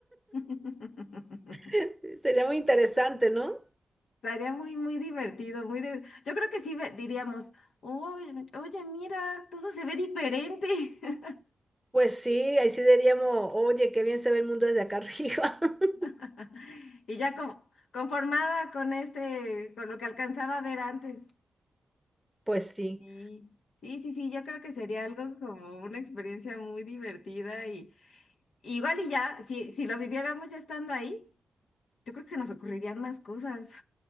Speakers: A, on the left (about 85°); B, in the centre.
A: <laughs>
B: <laughs> Sería muy interesante, ¿no?
A: estaría muy, muy divertido, muy diver- Yo creo que sí ve- diríamos, oye, oye, mira, todo se ve diferente. <laughs>
B: Pues sí, ahí sí diríamos, oye, qué bien se ve el mundo desde acá arriba. <laughs>
A: <laughs> Y ya como conformada con este, con lo que alcanzaba a ver antes.
B: Pues sí,
A: sí sí, sí, sí, yo creo que sería algo como una experiencia muy divertida y igual y ya, si, si lo viviéramos ya estando ahí, yo creo que se nos ocurrirían más cosas.